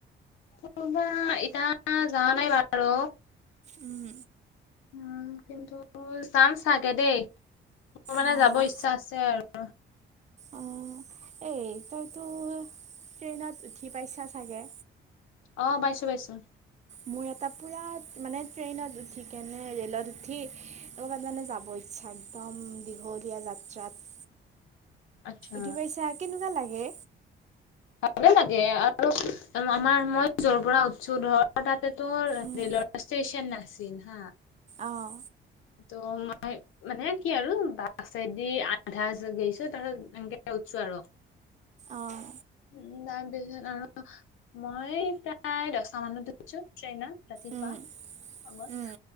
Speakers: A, on the left; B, on the right.
A: ফুৰবা এতিয়া যাৱা নাই বাৰু।
B: উম।
A: উম কিন্তু যাম চাগে দেই। মোৰ মানে
B: অঁ
A: যাব ইচ্ছা আছে আৰু। দ <unintelligible>
B: অঁ এই তইতো- <unintelligible> ট্ৰেইনত উঠি পাইছা চাগে।
A: অ পাইছোঁ পাইছোঁ।
B: মোৰ এটা পূৰা মানে ট্ৰেইনত উঠিকেনে ৰে'লত উঠি ক'বাত মানে যাব ইচ্ছা একদম দীঘলীয়া যাত্ৰাত।
A: আচ্ছা
B: উঠি পাইছা কেনেকুৱা লাগে?
A: ভালে লাগে আৰু আমাৰ মই যৰ পৰা উঠিছো ধৰ তাতে তো
B: উম
A: ৰে'লৰ ষ্টেচন নাছিল হা। <unintelligible>
B: অঁ।
A: ত মই মানে কি আৰু বাছেদি আধা গৈছো তাৰপাছত এনেকে উঠিছো আৰু
B: অঁ
A: উম তাৰপিছত আৰু মই প্ৰায় দহটা মানত উঠিছোঁ ট্ৰেইনত। <unintelligible> ৰাতিপুৱা
B: উম
A: আগত
B: উম